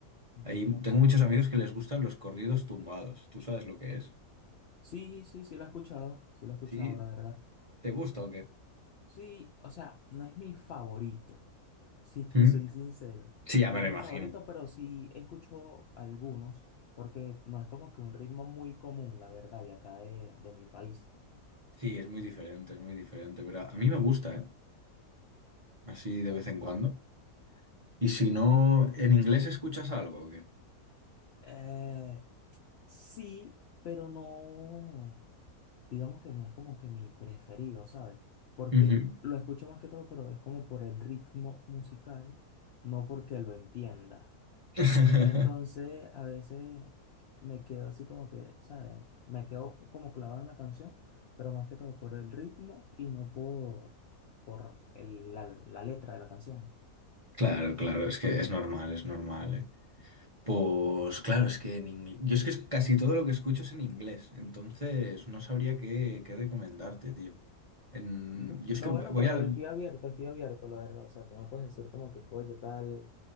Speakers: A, on the left; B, on the right.
A: Ok.
B: Ahí tengo muchos amigos que les gustan los corridos tumbados. ¿Tú sabes lo que es?
A: Sí, sí, sí lo he escuchado, sí lo he escuchado,
B: ¿Sí?
A: la verdad.
B: ¿Te gusta o qué?
A: Sí, o sea, no es mi favorito, <laughs> si te
B: ¿Mm?
A: soy sincero.
B: Sí, ya
A: No
B: me lo
A: es
B: imagino.
A: mi favorito, pero sí escucho algunos, porque no es como que un ritmo muy común, la verdad, de acá de, de mi país.
B: Sí, es muy diferente, es muy diferente, pero a mí me gusta, ¿eh? Así de
A: Vale.
B: vez en cuando. Y si no, ¿en inglés escuchas algo o qué?
A: Eh, Sí, pero no, digamos que no es como que mi preferido, ¿sabes? Porque
B: Ujú.
A: lo escucho más que todo, pero es como por el ritmo musical, no porque lo entienda.
B: <laughs>
A: Entonces, a veces me quedo así como que, ¿sabes? Me quedo como clavado en la canción, pero más que todo por el ritmo y no por, por el- la, la letra de la canción.
B: Claro, claro, es que es normal, es normal, ¿eh? Pues claro, es que en ingle- yo es que es- casi todo lo que escucho es en inglés, entonces no sabría qué, qué recomendarte, tío. En-
A: No,
B: Yo es
A: no,
B: que voy
A: bueno, pero
B: al...
A: estoy abierto, estoy abierto, la verdad. O sea, tú me puedes decir como que, oye, tal.